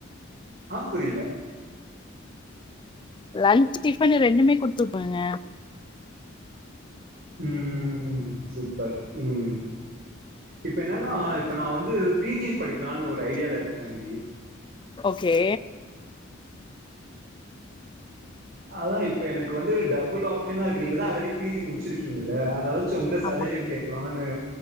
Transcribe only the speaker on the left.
லன்ச் டிபன் ரெண்டுமே குடுத்துவுடுவங்க
ஓகே
ஆமா